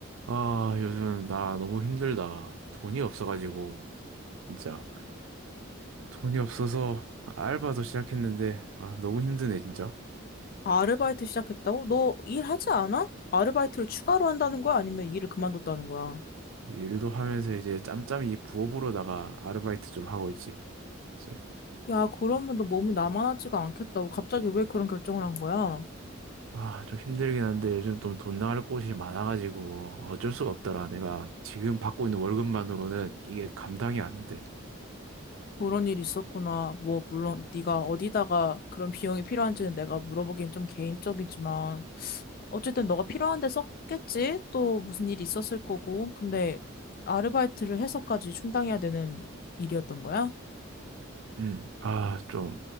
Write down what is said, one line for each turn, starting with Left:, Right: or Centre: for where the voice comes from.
Right: 아, 요즘 나 너무 힘들다. 돈이 없어가지고, 진짜. 돈이 없어서 알바도 시작했는데, 아, 너무 힘드네, 진짜.
Left: 아르바이트 시작했다고? 너 일하지 않아? 아르바이트를 추가로 한다는 거야? 아니면 일을 그만뒀다는 거야?
Right: 일도 하면서 이제 짬짬이 부업으로다가 아르바이트 좀 하고 있지. 이제.
Left: 야, 그러면 너 몸이 나만하지가 않겠다고. 갑자기 왜 그런 결정을 한 거야?
Right: 아, 좀 힘들긴 한데 요즘 좀 돈 나갈 곳이 많아가지고 어쩔 수가 없더라. 내가 지금 받고 있는 월급만으로는 이게 감당이 안 돼.
Left: 그런 일이 있었구나. 뭐, 물론 네가 어디다가 그런 비용이 필요한지는 내가 물어보기엔 좀 개인적이지만 어쨌든 너가 필요한 데 썼겠지? 또 무슨 일이 있었을 거고. 근데 아르바이트를 해서까지 충당해야 되는 일이었던 거야?
Right: 음, 아, 좀